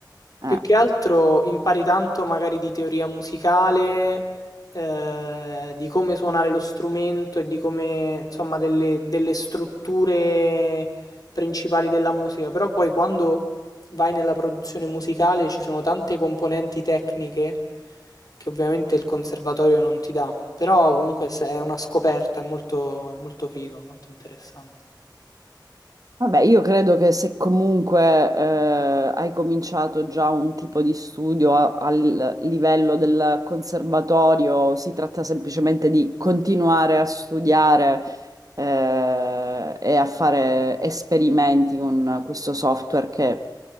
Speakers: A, on the right; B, on the left.
A: Eh.
B: Più che altro impari tanto magari di teoria musicale, eh, di come suonare lo strumento e di come, insomma, delle, delle strutture principali della musica, però poi quando vai nella produzione musicale ci sono tante componenti tecniche che ovviamente il conservatorio non ti dà, però comunque se- è una scoperta, è molto, è molto figo, molto interessante.
A: Vabbè, io credo che se comunque eh, hai cominciato già un tipo di studio a- al livello del conservatorio, si tratta semplicemente di continuare a studiare eh, e a fare esperimenti con questo software che